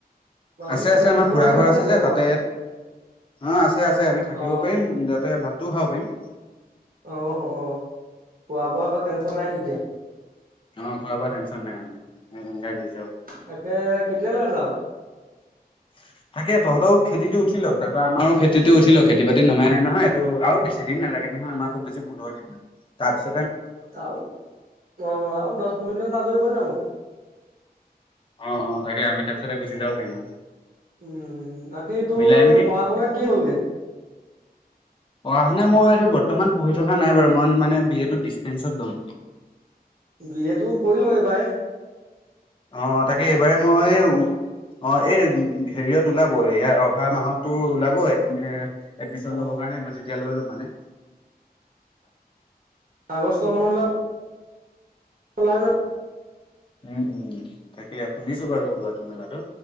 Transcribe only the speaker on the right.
মাজুলীত
চিনাকি
মানুহ
নি
থাকিব
পৰা
অ
অ অ খোৱা বোৱা টেনচন নাই তেতিয়া
তাকে কেতিয়ালৈ যাও
আৰু অ আৰু দহ পোন্ধ দিনত আযৰি হৈ যাব
উম বাকী তোৰ
পঢ়া শুনা কি হ'লগে।
বি এ টো কৰি ল এইবাৰে
অ
আগষ্ট মানলে কলাইজত